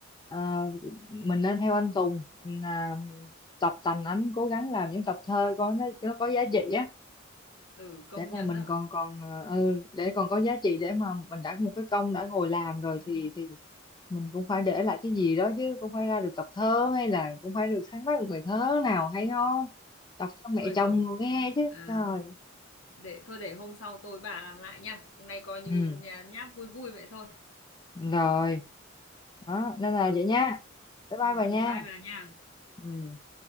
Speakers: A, on the left (about 20°); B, on the left (about 85°).
A: ờ, mình nên theo anh Tùng là tập tành ảnh cố gắng làm những tập thơ có nó, nó có giá trị á
B: Ừ công
A: để
B: nhận
A: mà mình
B: đó.
A: còn còn ờ, ừ để còn có giá trị để mà mình đã một cái công đã ngồi làm rồi
B: <laughs>
A: thì thì mình cũng phải để lại cái gì đó chứ cũng phải ra được tập thơ hay là cũng phải được sáng tác được bài thơ nào hay ho đọc cho mẹ
B: Thôi
A: chồng
B: được rồi.
A: rồi nghe chứ
B: À,
A: trời
B: để thôi để hôm sau tôi bà làm lại nha hôm nay coi như
A: ừ
B: nhà nháp vui vui vậy thôi
A: rồi đó nên là
B: rồi
A: vậy nha bye bye
B: ừ,
A: bà
B: ừ,
A: nha
B: bye bà nha
A: ừ